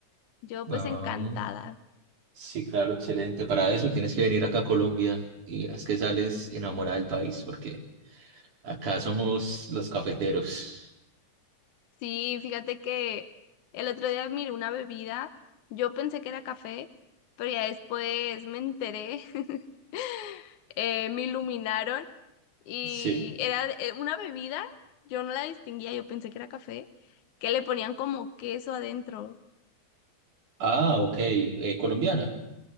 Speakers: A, on the left (about 75°); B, on the right (about 80°).
A: Yo pues
B: Ah,
A: encantada.
B: sí, claro, excelente. Para eso tienes que venir acá a Colombia y verás que sales enamorada del país, porque acá somos los cafeteros.
A: Sí, fíjate que el otro día miré una bebida, yo pensé que era café, pero ya después me enteré, <laughs> eh, me iluminaron y
B: Sí.
A: era eh, una bebida, yo no la distinguía, yo pensé que era café, que le ponían como queso adentro.
B: Ah, ok. eh, colombiana.